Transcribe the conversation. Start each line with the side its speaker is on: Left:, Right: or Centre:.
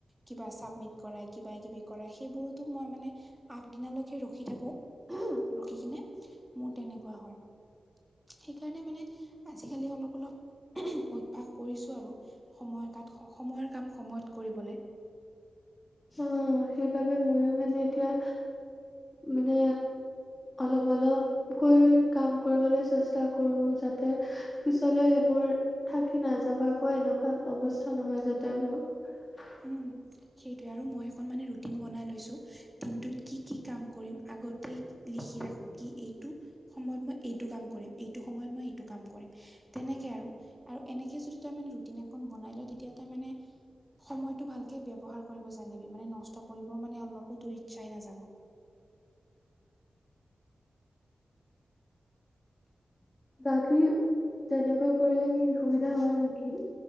Centre: কিবা চাবমিট কৰা কিবা কিবি কৰা সেইবোৰটো মই মানে আগ দিনালেকে ৰখি থাকো। উমহ, ৰখি কিনে মোৰ তেনেকুৱা হয়। সেইকাৰণে মানে আজিকালি অলপ অলপ, অভ্যাস কৰিছোঁ আৰু সময়ৰ কাত স সময়ৰ কাম সময়ত কৰিবলে।
Left: অ সেইবাবে ময়ো মানে এতিয়া মানে অলপ অলপ কৈ কাম কৰিবলে চেষ্টা কৰোঁ যাতে পিছলৈ সেইবোৰ থাকি নাযাৱক। আকৌ এনেকুৱা অৱস্থা নহয় যাতে মোৰ <inaudible>
Centre: উম সেইটোৱে আৰু মই এখন মানে ৰুটিন বনাই লৈছো দিনটোত কি কি কাম কৰিম আগতেই লিখি ৰাখো কি এইটো সময়ত মই এইটো কাম কৰিম এইটো সময়ত মই এইটো কাম কৰিম তেনেকে আৰু, আৰু এনেকে যদি তই মানে ৰুটিন এখন বনাই লয় তেতিয়া তই মানে সময়টো ভালকে ব্যৱহাৰ কৰিব জানিবি মানে নষ্ট কৰিব মানে অলপো তোৰ ইচ্ছাই নাযাব
Left: বাকী তেনেকুৱা কৰিলে কি সুবিধা হয় নিকি